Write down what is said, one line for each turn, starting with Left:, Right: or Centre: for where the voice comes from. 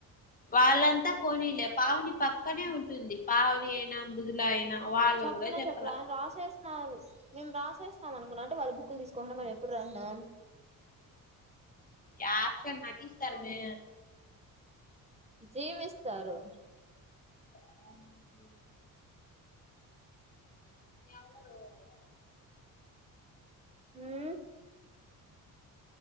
Left: వాళ్ళంతా పోనీలే పావని పక్కనే ఉంటుంది పావని అయినా మృదుల అయినా వాళ్ళు
Right: చెప్పలే
Left: కూడా చెప్పాల
Right: చెప్పల రాసే మేము రాసేసన్నాం అనుకున్న అంటే వాళ్ళ బుక్కులు తీసుకోకుండా మేము ఎప్పుడు రాసినాం
Left: యాక్షన్ నటిస్తారు మే
Right: జీవిస్తారు
Left: <inaudible> <unintelligible>
Right: ఉమ్